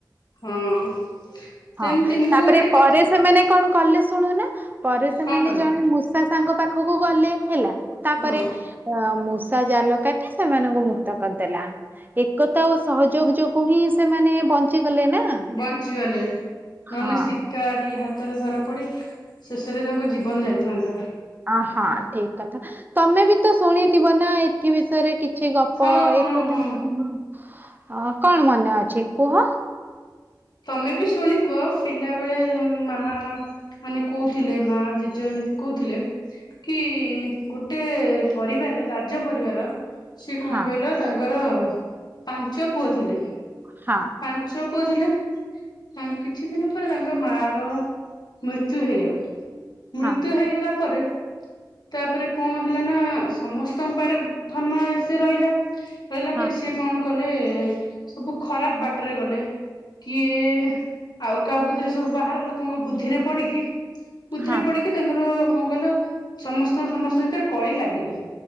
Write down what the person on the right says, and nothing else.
ହଁ
ତାପରେ
ପରେ
ସେମାନେ କଣ କଲେ ଶୁଣୁନା ପରେ ସେମାନେ
ଜଣେ ମୂଷା ସାଙ୍ଗ ପାଖକୁ ଗଲେ ହେଲା ତାପରେ
ଅ ମୂଷା ଜାଲ କାଟି ସେମାନଙ୍କୁ ମୁକ୍ତ କରିଦେଲା। ଏକତା ଓ ସହଯୋଗ ଯୋଗୁ ହିଁ ସେମାନେ ବଞ୍ଚି ଗଲେ ନା।
ହଁ।
ଅ ହଁ ଠିକ କଥା ତମେ ବି ତ ଶୁଣିଥିବ ନା ଏଥି ବିଷୟରେ କି ଛି ଗପ
ଏକତା
ହିଁ ବଳ କଣ ମନେ ଅଛି କୁହ?
ହଁ
ହଁ
ହଁ
ହଁ
ହଁ